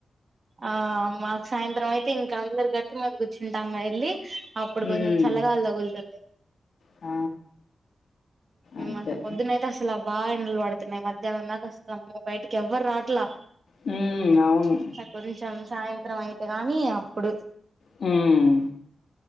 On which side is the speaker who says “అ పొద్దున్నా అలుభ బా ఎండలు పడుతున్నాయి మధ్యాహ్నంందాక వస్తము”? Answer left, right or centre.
Right